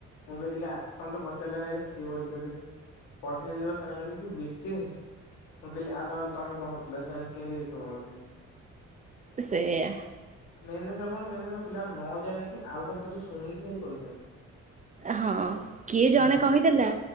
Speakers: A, on the left (about 85°); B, on the right (about 25°).
A: ମୁଁ କହିଲି ଆ ତମେ ତ ପଚାରିଲେ ନି ଏଇଟା କିଏ ବଲଚନ୍ତି। ପଠେଇ ଦେଲି ସାଙ୍ଗ କହିଲେ କି ବ୍ରିଟିସ୍ ମୁଁ କହିଲି ଆଉ ନହେଲେ ତମେ କହୁଥିଲା ସେମାନେ କେମିତି ଗୀତ ବନଉଥିବେ।
B: ସେଇଆ।
A: ମେନେ ସ କଣ ମେନେସ ପିଲା ନ ଜାଣିକି ଆଉ କାହାଠାରୁ ଶୁଣିକି ଖାଲି କହିଥାନ୍ତି।
B: ହଁ କିଏ
A: ହୁଁ
B: ଜଣେ କହିଦେଲା